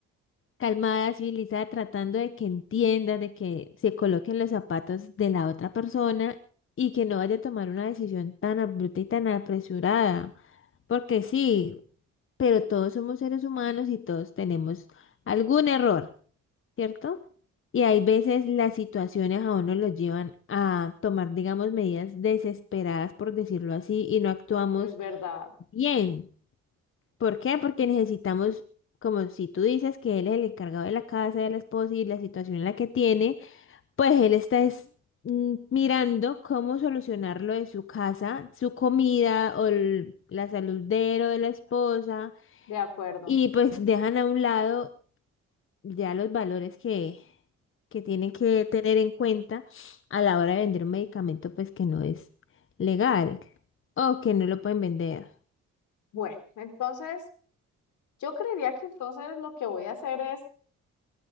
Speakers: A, on the left (about 45°); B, on the left (about 75°).
A: calmada, civilizada, tratando de que entienda, de que se coloquen los zapatos de la otra persona y que no vaya a tomar una decisión tan abrupta y tan apresurada. Porque sí, pero todos somos seres humanos y todos tenemos algún error, ¿cierto? Y hay veces las situaciones a uno los llevan a tomar, digamos, medidas desesperadas, por decirlo así, y no actuamos
B: Eso es verdad,
A: bien. ¿Por qué? Porque necesitamos, como si tú dices que él es el encargado de la casa, de la esposa y la situación en la que tiene, pues él está es- mm, mirando cómo solucionar lo de su casa, su comida o el- la salud de él o de la esposa
B: de acuerdo.
A: y pues dejan a un lado ya los valores que, que tienen que tener en cuenta a la hora de vender un medicamento pues que no es legal o que no lo pueden vender.
B: Bueno, entonces yo creería que entonces lo que voy a hacer es